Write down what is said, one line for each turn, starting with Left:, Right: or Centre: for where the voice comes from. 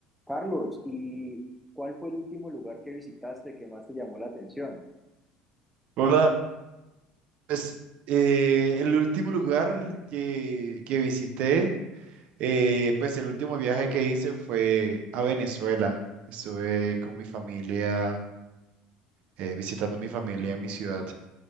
Centre: Carlos, ¿y cuál fue el último lugar que visitaste que más te llamó la atención?
Right: Hola, pues eh, el último lugar que, que visité, eh, pues el último viaje que hice fue a Venezuela. Estuve con mi familia, eh, visitando a mi familia en mi ciudad.